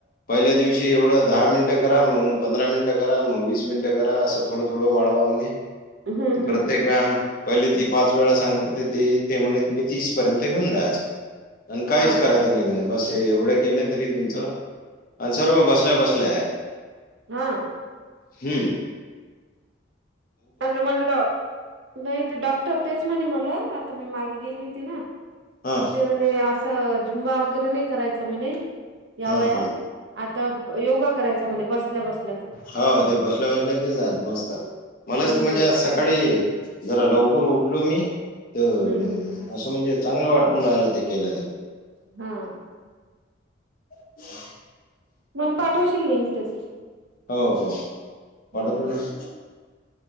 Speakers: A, on the left (about 45°); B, on the right (about 70°).
A: पहिल्या दिवशी एवढं दहा मिनटं करा मगं. पंधरा मिनिटं करा मग, वीस मिनिटं करा असं थोडं थोडं वाढवा म्हणे
B: हम्म
A: तर
B: हम्म
A: प्रत्येक व्यायाम. पहिले ती पाच वेळा सांगते ते ते म्हणे तुम्ही तीस पर्यंत घेऊन जायचं. आण काहीच
B: हा
A: करायचं नाही म्हणे, बस हे एवढे केले तरी तुमचं. आणि सर्व बसल्या बसल्या ये.
B: ह.
A: हम.
B: आता मला डाॅ नाही. तर डॉक्टर तेच म्हणे मला आता मी मागे गेली होती ना.
A: हा
B: तर ते म्हणे असं झुंबा वगैरे नाही करायचा म्हणे, या
A: हा
B: वयात.
A: हा
B: आता योगा करायचा म्हणे बसल्या बसल्याचा.
A: हा ते बसल्या बसल्याचेच आहेत मस्त, मलास
B: हम्म
A: मज्जा आज सक सकाळी जरा लवकर उठलो मी, तर
B: हम्म हम्म
A: असं म्हणजे चांगलं वाटून राहिलं ते केलं तर.
B: ह.
A: <inaudible>
B: मला पाठवशील लिंक त्याची?
A: हो हो पाठवतो
B: हा
A: ना.